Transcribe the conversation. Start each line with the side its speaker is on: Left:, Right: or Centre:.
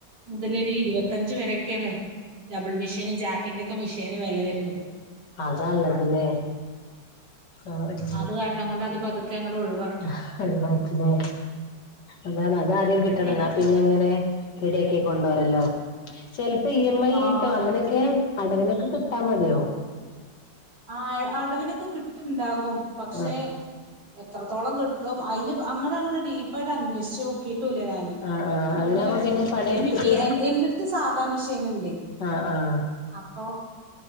Right: മുതലൊരു ഇരുപത്തഞ്ച് വെരേക്കാണ് ഡബിൾ മെഷീന് ജാ ക്കിന്റെക്ക മെഷീന് വെല വെര്ണത്
Left: അതാ ഒള്ളതില്ലേ ആഹ് ഉം
Right: അത് കാരണം കൊണ്ട് അത് പതുക്കെ അങ്ങട് ഒഴിവാ
Left: ആഹ് ഒഴിവാക്കണേ അതാണ് അത് ആദ്യം കിട്ടണം
Right: ഇനി അങ്ങനെ
Left: എന്നാ പിന്നെങ്ങനെ റെഡിയാക്കി കൊണ്ടുവരല്ലോ ചെലപ്പോ ഇ എം ഐ കിട്ടും
Right: ആഹ്
Left: അങ്ങനൊക്കെ
Right: അതെ
Left: കടയിലൊക്കെ കിട്ടാ മടിയാവും
Right: ആഹ് അടവിനൊക്കെ കിട്ടുണ്ടാകും പക്ഷേ
Left: ആഹ്
Right: എത്രത്തോളം കിട്ടും അയിന് അങ്ങട് അങ്ങട് ഡീപ്പായിട്ട് അന്വേഷ്ച്ചോ കിട്ടൂല ഞാന്
Left: ആഹ് ആഹ്
Right: ഇതിങ്ങനെ
Left: അങ്ങനാവുമ്പോ പിന്നെ പണിയെടുത്തിട്ട്
Right: ഈം ഈ എന്റെടുത്ത് സാധാ മെഷീനുണ്ട്
Left: ആഹ് ആഹ്
Right: അപ്പൊ